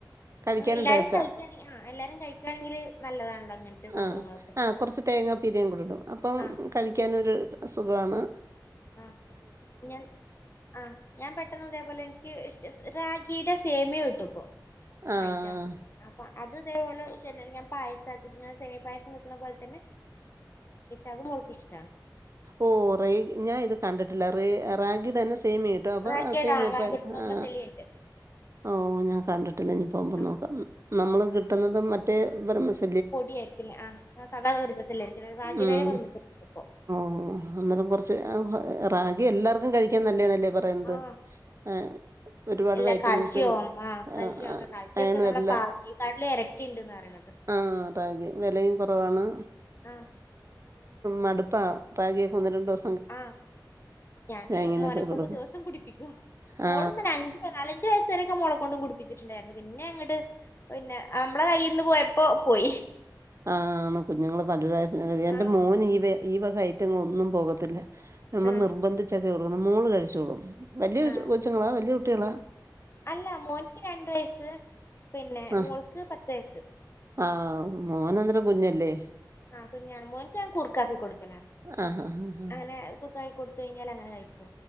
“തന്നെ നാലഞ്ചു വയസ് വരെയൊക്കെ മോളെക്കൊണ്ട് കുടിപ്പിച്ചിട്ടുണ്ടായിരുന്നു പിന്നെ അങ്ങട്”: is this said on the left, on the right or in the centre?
Left